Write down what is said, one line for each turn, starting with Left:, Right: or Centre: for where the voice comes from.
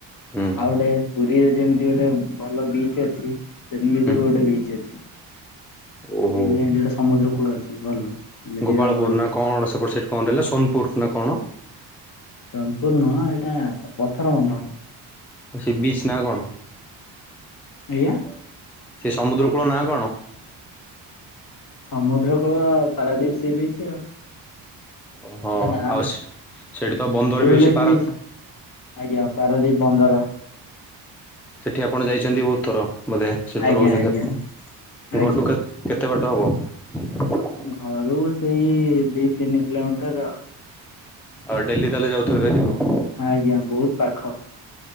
Centre: ହୁଁ
Left: ଆଉ ଗୋଟେ ପୁରୀରେ ଯେମିତି ଗୋଟେ ଭଲ ବିଚ୍ ଅଛି। ସେମିତି
Centre: ହୁଁ
Left: ବି ଗୋଟେ ବିଚ୍ ଅଛି ପୁରୀରେ
Centre: ଓହୋ।
Left: ଯେମତି ଗୋଟେ ସମୁଦ୍ର କୂଳ ଅଛି ଭଲ। ସେମିତି
Centre: ଗୋପାଳପୁର
Left: ବି ଆମର ଗୋଟେ
Centre: ନା
Left: ଅଛି।
Centre: କଣ ସେପଟ ସାଇଟ୍ କଣ ରହିଲା ସୋନପୁର ନା କଣ?
Left: ସୋନପୁର ନୁହଁ ଏଇଟା ପଥର ବନ୍ଧ।
Centre: ସେ ବିଚ୍ ନାଁ କଣ?
Left: ଆଜ୍ଞା?
Centre: ସେ ସମୁଦ୍ର କୂଳ ନାଁ କଣ?
Left: ସମୁଦ୍ର କୂଳ ପାରାଦ୍ୱୀପ୍ ସି ବିଚ୍ ଆଉ।
Centre: ଓହୋ
Left: ତା ନାଁ
Centre: ଆଉ
Left: ନାହିଁ
Centre: ସେଇଠି ତ ବନ୍ଦର
Left: ବ୍ଲୁ
Centre: ବି ଅଛି
Left: ଲେକ୍
Centre: ପାରାଦ୍ଵୀପ।
Left: ବିଚ୍ ଆଜ୍ଞା ପାରାଦ୍ଵୀପ ବନ୍ଦର।
Centre: ସେଠି ଆପଣ ଯାଇଛନ୍ତି ବହୁତ୍ ଥର ବୋଧେ ସେଠି
Left: ଆଜ୍ଞା
Centre: ତ ରହୁଛନ୍ତି
Left: ଆଜ୍ଞା
Centre: ଆପଣ।
Left: ଆଜ୍ଞା।
Centre: ଘରଠୁ କେତ୍ କେତେ ବାଟ ହବ?
Left: ଘରୁ ସେଇ ଦି ତିନି କିଲୋମିଟର ଆଉ।
Centre: ଅ ଡେଲି ତାହେଲେ ଯାଉଥିବେ ବେରିକୁ।
Left: ଆଜ୍ଞା ବହୁତ୍ ପାଖ।